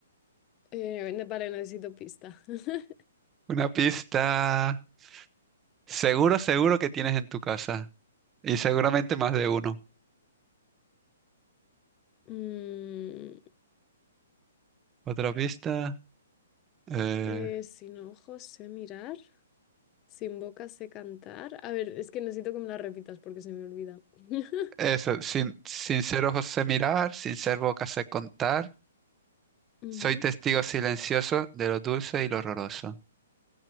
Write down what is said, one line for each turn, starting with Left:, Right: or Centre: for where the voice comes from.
Left: Eh, ne- vale, necesito pista. <laughs>
Right: una pista. Seguro, seguro que tienes en tu casa. Y seguramente más de uno.
Left: Mm,
Right: Otra pista. Eh,
Left: eh, sin ojos sé mirar, sin boca sé cantar. A ver, es que necesito que me la repitas porque se me olvida. <laughs>
Right: Eso, sin, sin ser ojos sé mirar, sin ser boca sé contar.
Left: Ujú.
Right: Soy testigo silencioso de lo dulce y lo horroroso.